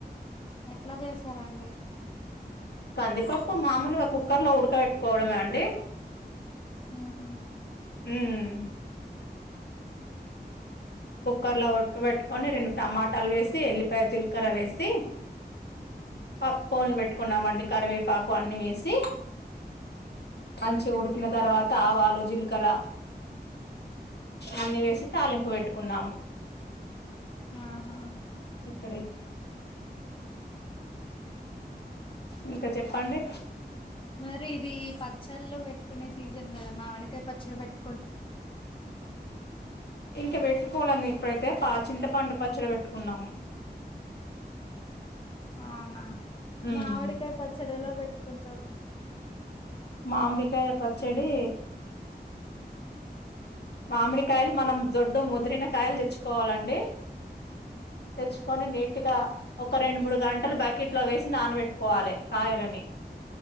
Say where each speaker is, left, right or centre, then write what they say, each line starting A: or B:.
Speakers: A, on the left; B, on the left.
A: ఎట్ల చేసారండి
B: కందిపప్పు మామూలుగ కుక్కర్ లో ఉడకవెట్టుకోవడమే అండి
A: ఉహు
B: ఉమ్ కుక్కర్ లో ఉడకబెట్టుకొని రెండు టమాటాలు వేసి ఎల్లిపాయ జీలకర్ర వేసి పక్కపోనీ పెట్టుకున్నామండి కరివేపాకు అన్ని వేసి మంచిగ ఉడికిన తర్వాత ఆవాలు జీలకర అన్ని వేసి తాలింపు పెట్టుకున్నాము
A: ఆహా
B: ఇక్కడె ఇంక చెప్పండి
A: మరి ఇది పచ్చళ్లు పెట్టుకునే సీజన్ కదా మామిడికాయ పచ్చడ పెట్టు
B: ఇంకా పెట్టుకొలంది ఇప్పుడైతే పాచింత పండు పచ్చడ పెట్టుకున్నాము
A: అవునా
B: ఉమ్
A: మావిడికాయ పచ్చడ ఎలా పెట్టుకుంటరు
B: మామిడికాయ పచ్చడీ మామిడి కాయలు మనం దొడ్డు ముదిరిన కాయలు తెచ్చుకోవాలండి తెచ్చుకొని నీట్ గట్టిగా ఒక రెండు మూడు గంటలు బకెట్ లో వేసి నానబెట్టుకోవాలి కాయలని